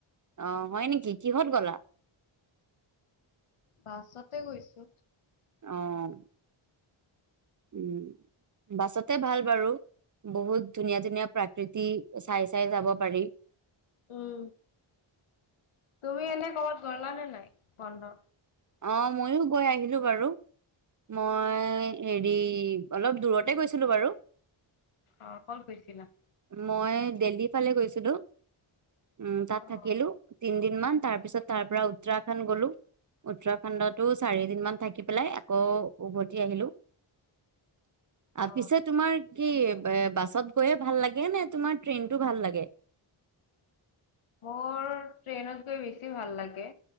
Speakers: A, on the right; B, on the left.
A: আহ হয় নেকি, কিহত গলা?
B: বাছতে গৈছো।
A: আহ উম, বাছতে ভাল বাৰু, বহুত ধুনীয়া ধুনীয়া প্ৰাকৃতি চাই চাই যাব পাৰি।
B: উম তুমি এনে ক'ৰবাত গলা নে নাই বন্ধত?
A: অ ময়ো গৈ আহিলো বাৰু, মই হেৰি অলপ দূৰতে গৈছিলোঁ বাৰু।
B: অ কল কৰিছিলা?
A: মই দেল্হীৰ ফালে গৈছিলো। উম তাত
B: অ
A: থাকিলো তিন- দিনমান তাৰ পিছত তাৰ পৰা উত্তৰাখণ্ড গলো উত্তৰাখণ্ডতো চাৰিদিনমান থাকি পেলাই আকৌ উভতি আহিলো।
B: অ
A: পিছে তোমাৰ কি বাছত গৈয়ে ভাল লাগে নে তোমাৰ ট্ৰেইনতটো ভাল লাগে?
B: মোৰ ট্ৰেইনত গৈ বেছি ভাল লাগে